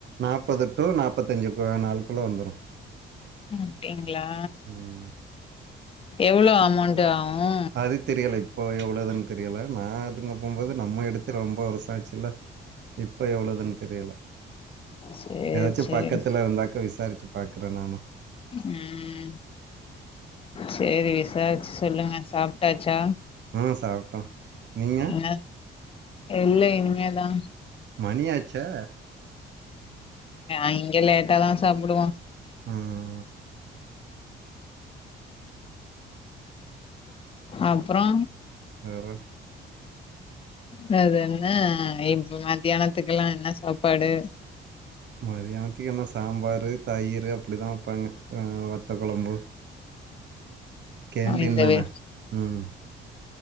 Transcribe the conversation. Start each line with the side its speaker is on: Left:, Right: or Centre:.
Right: நாப்பது டு நாப்பத்தஞ்சி கு நாளுக்குள்ள வந்துரு
Left: அப்படிங்ளா
Right: ம்
Left: எவ்ளோ அமௌண்ட ஆவு
Right: அது தெரியல இப்போ எவ்வளவுதுனு தெரியல நா அதுங்க போகும்போது நம்ம எடுத்து து ரொம்ப வருஷ ஆச்சில்ல இப்ப எவ்வளவுதுன்னு தெரியல
Left: சேரி
Right: ஏதாச்சி
Left: சேரி
Right: பக்கத்துல இருந்தாக்க விசாரிச்சி பாக்குறே நானு
Left: ம் சேரி விசாரிச்சி சொல்லுங்க சாப்ட்டாச்சா
Right: ம் சாப்ட்டோம் நீங்க
Left: ன இல்ல இனிமேதா
Right: மணியாச்சா
Left: அங்க லேட்டாதா சாப்டுவோ
Right: ம்
Left: அப்றோ
Right: வேற
Left: வேற என்ன இப்ப மத்தியானத்துக்கெல்லா என்ன சாப்பாடு
Right: மதியானத்துக்கு என்ன சாம்பார் தயிர் அப்படிதா வப்பாங்க வத்த குழம்பு கேண்டீன்
Left: இந்த
Right: தான
Left: வே
Right: ம்